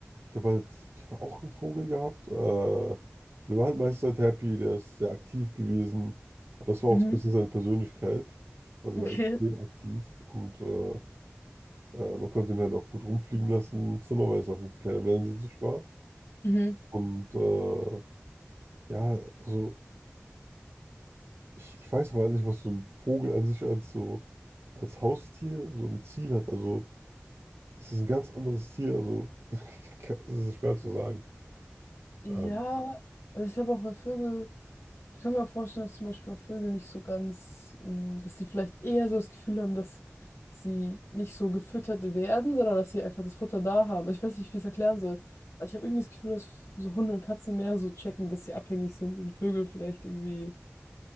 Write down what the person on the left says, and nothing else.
Mhm.
Okay.
Mhm.
Ja,
also ich glaube auch bei Vögel. Ich kann mir auch vorstellen, dass zum Beispiel auch Vögel nicht so ganz, mh, dass sie vielleicht eher so das Gefühl haben, dass sie nicht so gefüttert werden, sondern dass sie einfach das Futter da haben. Ich weiß nicht, wie ich es erklären soll. Also ich habe irgendwie das Gefühl, dass so Hunde und Katzen mehr so checken, dass sie abhängig sind und Vögel vielleicht irgendwie,